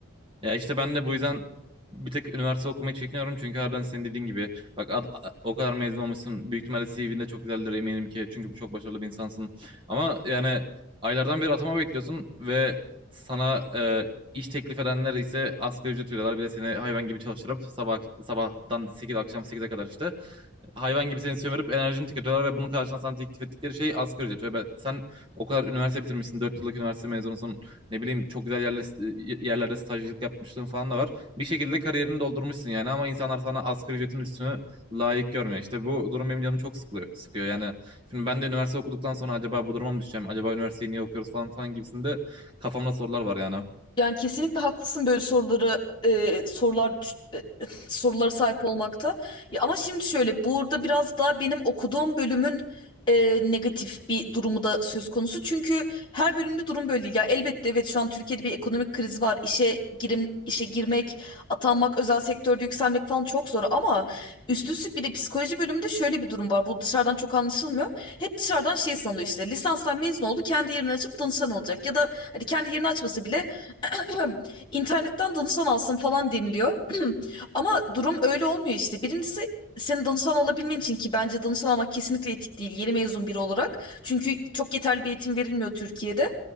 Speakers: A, on the right; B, on the left.
A: Ya işte ben de bu yüzden bir tek üniversite okumayı çekiniyorum. Çünkü harbiden senin dediğin gibi bak ad- a- o kadar mezun olmuşsun. Büyük ihtimalle CV'nde çok güzeldir eminim ki. Çünkü bu çok başarılı bir insansın. Ama yani aylardan beri atama bekliyorsun ve sana e, iş teklif edenler ise asgari ücret veriyorlar. Bir de seni hayvan gibi çalıştırıp sabah sabahtan 8 akşam sekize kadar işte hayvan gibi seni sömürüp enerjini tüketiyorlar ve bunun karşılığında sana teklif ettikleri şey asgari ücret. Ve ben- sen o kadar üniversite bitirmişsin, 4 yıllık üniversite mezunusun, ne bileyim çok güzel yerlerde, yerlerde stajyerlik yapmışlığın falan da var. Bir şekilde kariyerini doldurmuşsun yani ama insanlar sana asgari ücretin üstünü layık görmüyor. İşte bu durum benim canımı çok sıkılıyor, sıkıyor yani. Şimdi ben de üniversite okuduktan sonra acaba bu duruma mı düşeceğim, acaba üniversiteyi niye okuyoruz falan falan gibisinde kafamda sorular var yani.
B: Yani kesinlikle haklısın böyle soruları e, sorular düş- e, <laughs> sorulara sahip olmakta. Ya ama şimdi şöyle burada biraz daha benim okuduğum bölümün e, negatif bir durumu da söz konusu. Çünkü her bölümde durum böyle değil. Ya elbette evet şu an Türkiye'de bir ekonomik kriz var. İşe girim işe girmek, atanmak, özel sektörde yükselmek falan çok zor ama üst üstlük bir de psikoloji bölümünde şöyle bir durum var. Bu dışarıdan çok anlaşılmıyor. Hep dışarıdan şey sanılıyor işte lisanstan mezun oldu kendi yerini açıp danışan olacak ya da Hadi kendi yerini açmasa bile <clears throat> internetten danışan alsın falan deniliyor. <clears throat> Ama durum öyle olmuyor işte. Birincisi senin danışan alabilmen için ki bence danışan almak kesinlikle etik değil yeni mezun biri olarak. Çünkü çok yeterli bir eğitim verilmiyor Türkiye'de.